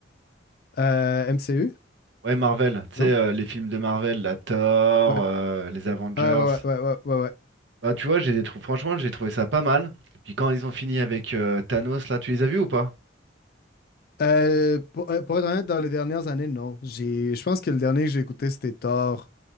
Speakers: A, on the left; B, on the right.
A: Euh, MCU?
B: Ouais, Marvel. Tu sais,
A: Non?
B: euh, les films de Marvel, la Thor,
A: Ouais.
B: euh, les Avengers.
A: Ah ouais ouais ouais ouais ouais. ouais.
B: Bah, tu vois, j'ai des trous. Franchement, j'ai trouvé ça pas mal. Et puis quand ils ont fini avec euh, Thanos, là, tu les as vus ou pas?
A: Euh, pour, euh, pour être honnête, dans les dernières années, non. J'ai, je pense que le dernier que j'ai écouté, c'était Thor.